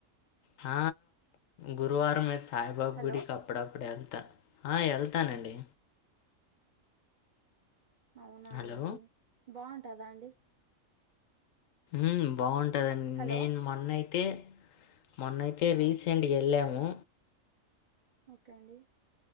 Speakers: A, on the left (about 75°); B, on the right (about 45°).
A: హ గురువారం మే సాయిబాబ
B: హలో
A: గుడి అప్పుడప్పుడు వెళ్తా ఆ వెళ్తానండి
B: అవునా
A: హలో
B: అండి బాగుంటదా అండి
A: ఉ బాగుంటదండి
B: హలో
A: నేను మొన్నయితే మొన్నయితే రీ
B: ఆ
A: సెంట్గా వెళ్ళాము
B: ఓకే అండి